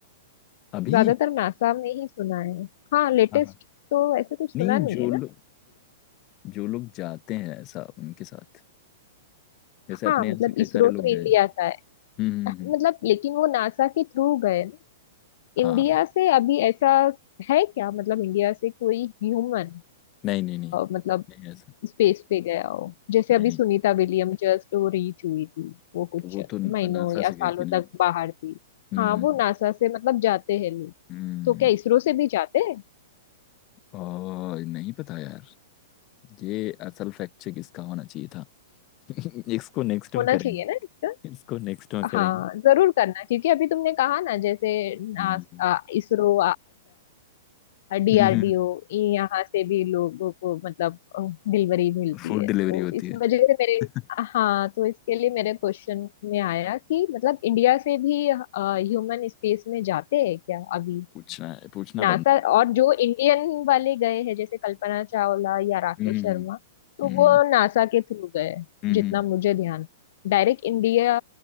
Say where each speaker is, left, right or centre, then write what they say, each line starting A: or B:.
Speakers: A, on the left; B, on the left.
A: अभी
B: ज्यादातर नासा में ही सुना है हाँ लेटेस्ट
A: हाँ हाँ
B: तो ऐसा कुछ सुना
A: नहीं
B: नहीं
A: जो
B: है
A: लोग
B: ना
A: जो लोग जाते हैं ऐसा उनके साथ जैसे अपने
B: हाँ मतलब
A: यहाँ से कई
B: इसरो
A: सारे लोग
B: तो
A: गए
B: इंडिया
A: हैं। हम्म
B: का है
A: हम्म, हम्म,
B: मतलब लेकिन वो नासा के थ्रू गए ना
A: हाँ
B: इंडिया से अभी ऐसा है क्या मतलब इंडिया से कोई ह्यूमन
A: नहीं नहीं नहीं
B: मतलब
A: नहीं ऐसा
B: स्पेस पे गया हो जैसे अभी
A: नहीं
B: सुनीता विलियम जस्ट वो रीच हुई थी वो कुछ
A: तो वो तो नासा
B: महीनों या
A: से
B: सालों
A: गई थी ना
B: तक बाहर थी
A: हम्म
B: हाँ
A: हम्म
B: वो नासा से मतलब जाते हैं लोग
A: हम्म,
B: तो क्या इसरो से भी जाते हैं
A: और नहीं पता यार ये असल फैक्ट चेक इसका होना चाहिए था <laughs> इसको नेक्स्ट
B: होना
A: में करेंगे
B: चाहिए ना इसका
A: इसको नेक्स्ट में करेंगे
B: हाँ जरूर करना क्योंकि अभी तुमने कहा ना जैसे नास-
A: हम्म
B: आ, इसरो डीआरडीओ
A: हम्म
B: यहाँ से भी लोगों को मतलब डिलीवरी मिलती
A: फूड
B: है
A: डिलीवरी
B: तो
A: होती
B: इस
A: है
B: वजह से मेरे
A: <laughs>
B: हाँ तो इसके लिए मेरे क्वेश्चन में आया कि मतलब इंडिया से भी ह्यूमन स्पेस में जाते हैं क्या अभी
A: पूछना है पूछना
B: नासा
A: बनता है
B: और जो इंडियन वाले गए हैं जैसे कल्पना चावला या राकेश
A: हम्म
B: शर्मा तो
A: हम्म
B: वो नासा के थ्रू गए हैं,
A: हम्म
B: जितना मुझे ध्यान डायरेक्ट इंडिया